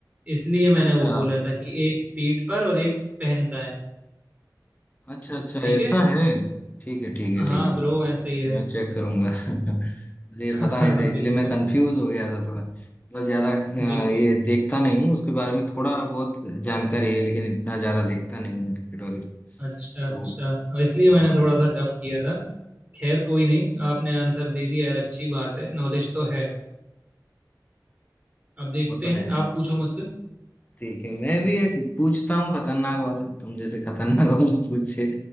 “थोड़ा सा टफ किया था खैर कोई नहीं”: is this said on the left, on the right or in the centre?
Right